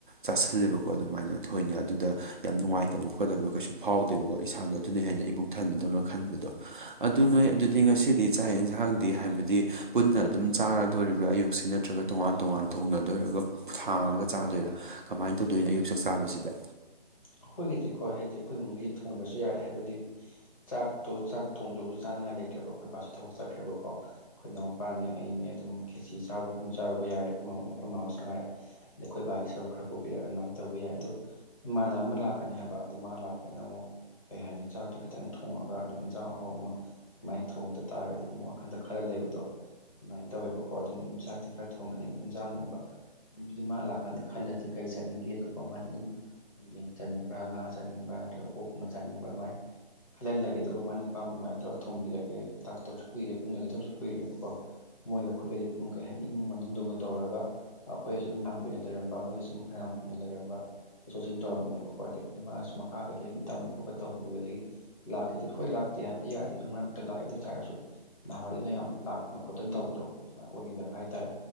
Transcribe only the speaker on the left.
ꯑꯩꯈꯣꯏꯒꯤꯗꯤꯀꯣ ꯍꯥꯏꯗꯤ ꯑꯩꯈꯣꯏ ꯏꯃꯨꯡꯒꯤꯗꯤ ꯊꯣꯡꯗ꯭ꯔꯁꯨ ꯌꯥꯔꯦ ꯍꯥꯏꯕꯗꯤ ꯆꯥꯛꯇꯣ ꯆꯥꯛ ꯊꯣꯡꯗꯧꯁꯨ ꯆꯥꯅꯉꯥꯏ ꯂꯩꯇ꯭ꯔꯦꯕ ꯑꯩꯈꯣꯏ ꯕꯥꯁꯨ ꯊꯕꯛ ꯆꯠꯈ꯭ꯔꯦꯕꯀꯣ꯫ ꯑꯩꯈꯣꯏ ꯏꯅꯥꯎꯄꯥꯅꯦ ꯑꯩꯅꯦ ꯑꯗꯨꯝ ꯈꯦꯆꯤ ꯆꯥꯔꯨꯕ ꯃꯐꯝ ꯆꯥꯔꯨꯕ ꯌꯥꯔꯦ ꯑꯩꯈꯣꯏꯃ ꯑꯩꯈꯣꯏ ꯃꯃꯥꯁꯨ ꯉꯥꯏꯔꯦ꯫ ꯑꯗ ꯑꯩꯈꯣꯏ ꯕꯥꯒꯤ ꯁꯔꯨꯛ ꯈꯔ ꯄꯨꯕꯤꯔꯛꯑꯒ ꯑꯗꯨꯃꯥꯏꯅ ꯇꯧꯕ ꯌꯥꯏ ꯑꯗꯣ ꯏꯃꯥꯟꯅ ꯃ ꯑꯃ ꯂꯥꯛꯀꯅꯤ ꯍꯥꯏꯕ ꯑꯗꯣ ꯃꯥ ꯂꯥꯛꯄꯩꯅ ꯑꯃꯨꯛ ꯀꯩ ꯍꯥꯏꯅꯤ ꯆꯥꯛꯇꯣ ꯈꯤꯇꯪ ꯊꯣꯡꯉꯒ ꯑꯗꯨꯝ ꯏꯟꯖꯥꯡ ꯑꯍꯥꯎꯕ ꯑꯃ ꯑꯗꯨꯃꯥꯏꯅ ꯊꯣꯡꯗ ꯇꯥꯔꯒꯗꯤ ꯑꯗꯨꯝ ꯋꯥꯈꯟꯗ ꯈꯜꯂ ꯂꯩꯕꯗꯣ꯫ ꯑꯗꯨꯃꯥꯏꯅ ꯇꯧꯋꯦꯕꯀꯣ ꯑꯗꯨꯝ ꯆꯥꯛꯇꯤ ꯈꯔ ꯊꯣꯡꯉꯅꯤ ꯑꯗꯨꯝ ꯏꯟꯖꯥꯡꯒꯨꯝꯕ ꯑꯗꯨꯗꯤ ꯃꯥ ꯂꯥꯛꯀꯥꯟꯗ ꯈꯜꯂꯖꯤ ꯀꯩ ꯆꯥꯅꯤꯡꯒꯦꯗꯀꯣ ꯃꯥꯅ ꯑꯗꯨꯝ ꯌꯦꯟ ꯆꯥꯅꯤꯡꯕ꯭ꯔꯥ ꯉꯥ ꯆꯥꯅꯤꯡꯕ꯭ꯔꯥ ꯅꯠꯇ꯭ꯔꯒ ꯑꯣꯛꯀꯨꯝꯕ ꯆꯥꯅꯤꯡꯕ꯭ꯔꯥ ꯑꯗꯨꯃꯥꯏꯅ ꯍꯜꯍꯜꯂꯒꯦ ꯑꯗꯨꯒ ꯃꯥꯅ ꯄꯥꯝꯕ ꯑꯗꯨꯃꯥꯏꯅ ꯇꯧꯔ ꯊꯣꯡꯕꯤꯔꯒꯦ ꯂꯥꯛꯇꯕꯁꯨ ꯀꯨꯏꯔꯦ ꯎꯅꯒꯤꯗꯕꯁꯨ ꯀꯨꯏꯔꯦꯕꯀꯣ꯫ ꯃꯣꯏꯒ ꯑꯩꯈꯣꯏꯒꯩꯗꯤ ꯄꯨꯡ ꯀꯩ ꯍꯥꯏꯅꯤ ꯏꯃꯨꯡ ꯃꯅꯨꯡꯗꯧꯅ ꯇꯧꯔꯒ ꯑꯩꯈꯣꯏꯗꯁꯨ ꯑꯗꯨꯝ ꯐꯅꯌꯥꯝ ꯀꯨꯏꯅ ꯂꯩꯔꯝꯕ ꯃꯣꯏꯗꯁꯨ ꯐꯅꯌꯥꯝ ꯀꯨꯏꯅ ꯂꯩꯔꯝꯕ ꯑꯁꫭꯁꯤꯡ ꯇꯧꯔꯝꯕꯅꯦꯕ꯫ ꯍꯣꯏ ꯑꯗꯒꯤꯗꯤ ꯃꯥꯁꯨ ꯃꯈꯥ ꯀꯩꯀꯩ ꯑꯗꯨꯝ ꯇꯝꯕ ꯈꯣꯠꯄ ꯇꯧꯈꯤꯕꯗꯒꯤ ꯂꯥꯛꯈꯤꯗꯦ ꯍꯣꯏ ꯂꯥꯛꯇꯦ ꯍꯥꯏꯕꯗꯤ ꯌꯥꯗꯦ ꯑꯗꯨꯝ ꯃꯔꯛꯇ ꯂꯥꯛꯑꯦ ꯑꯗꯨ ꯇꯥꯔꯁꯨ ꯅꯍꯥꯟꯋꯥꯏꯗꯅ ꯌꯥꯝ ꯂꯥꯛꯇꯅ ꯈꯣꯠꯇꯅ ꯇꯧꯕꯗꯣ ꯑꯗꯨꯃꯥꯏꯅ ꯑꯣꯏꯒꯤꯗꯕ ꯍꯥꯏꯇꯥꯔꯦ꯫